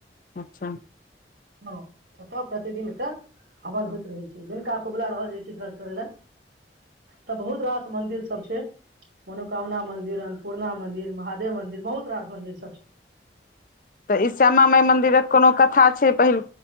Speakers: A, on the left; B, on the right.
A: अच्छा
B: हँ छतय प्रतिदिन एकटा हवन होइत रहै छै जिनका कुबुला रहल जा किछ करै ले तऽ बहुत रास मंन्दिर सब छै मनोकामना मन्दिर, अन्नपूर्णा मन्दिर, महादेव मन्दिर बहुत रास मन्दिर सब छै।
A: तऽ ई श्यामा माई मंन्दिरक कोनो कथा छै पहिल